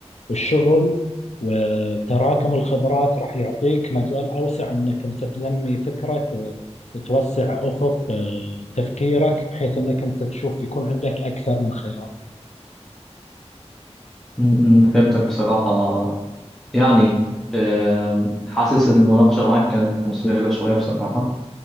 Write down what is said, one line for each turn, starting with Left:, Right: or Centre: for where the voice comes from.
Left: الشغل وتراكم الخبرات راح يعطيك مجال أوسع أنك أنت تنمي فكرك آه، توسع أفق آه، تفكيرك بحيث أنك أنت تشوف يكون عندك أكثر من خيار
Centre: م- م- فهمتك بصراحة يعني آم، حاسس إن المناقشة معاك كانت مثمرة شوية بصراحة